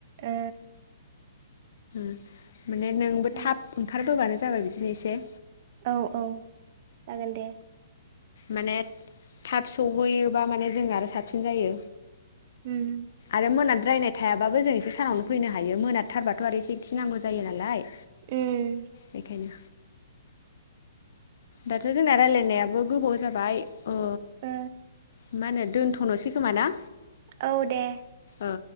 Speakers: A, on the right; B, on the left.
A: ओ।
B: <inaudible> माने नोंबो
A: जागोन
B: थाब ओंखार। फोबानो जाबाय बिदिनो एसे।
A: औ औ। जागोन दे।
B: माने थाब सहैयोबा माने जों आरो साबसिन जायो
A: उम
B: आरो मोना रायनाय थायाबाबो जों एसे सानावनो फैनो हायो मोनाथारबाथ आरो एसे गिनांगौ जायो नालाय
A: उम
B: बेखायनो दाथ' जोंना रायलायनायाबो गोबाव जाबाय ओ
A: ओ
B: मा होनो दोनथनोसै खोमा ना?
A: औ दे
B: ओ